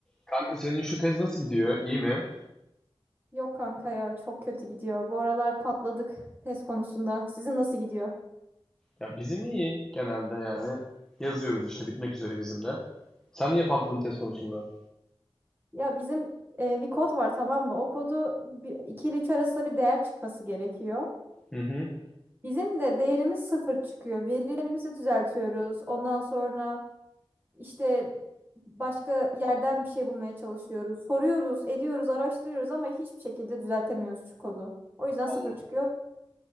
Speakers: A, in the centre; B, on the right (about 20°).
A: Kanka senin şu tez nasıl gidiyor? İyi mi?
B: Yok kanka ya çok kötü gidiyor. Bu aralar patladık test konusunda. Sizin nasıl gidiyor?
A: Ya bizim iyi genelde yani. Yazıyoruz işte bitmek üzere bizim de. Sen niye patladın tez konusunda?
B: Ya bizim e, bir kod var tamam mı? O kodu bir, 2 ile 3 arasında bir değer çıkması gerekiyor.
A: Hı hı.
B: Bizim de değerimiz sıfır çıkıyor. Verilerimizi düzeltiyoruz. Ondan sonra işte başka yerden bir şey bulmaya çalışıyoruz. Soruyoruz, ediyoruz, araştırıyoruz ama hiçbir şekilde düzeltemiyoruz şu kodu. O yüzden
A: Al,
B: sıfır çıkıyor.